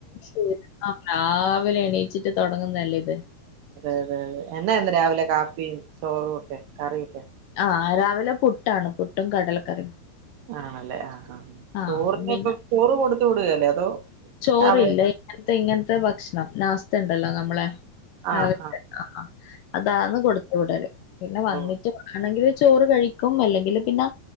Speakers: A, on the left; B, on the right.
A: ശെരി രാവിലേ എണി ച്ചിട്ട് തൊടങ്ങുന്ന അല്ലേ ഇത്
B: അതെ അതെ അതെ എന്നാ ഇന്ന് രാവിലെ കാപ്പിയും ചോറും ഒക്കെ കറിയൊക്കെ
A: ആഹ് രാവിലെ പുട്ടാണ് പുട്ടും കടലക്കറിയും
B: ആണല്ലേ ആ
A: ആഹ്
B: ചോറിനിപ്പം
A: അപ്പം പിന്നെ
B: ചോറ് കൊടുത്ത് വിടുകയല്ലേ അതോ
A: ചോറില്ല
B: രാവിലെ
A: ഇങ്ങനത്തെ ഇങ്ങനത്തെ ഭക്ഷണം ന അവസ്ഥ ഉണ്ടല്ലോ നമ്മളെ രാവിലത്തെ
B: ആഹ് ആഹ്
A: അതാന്ന്
B: ആഹ്
A: കൊടുത്ത് വിടല് പിന്നെ
B: ഓ
A: വന്നിട്ട് വേണെങ്കില് ചോറ് കഴിക്കും അല്ലെങ്കില് പിന്നെ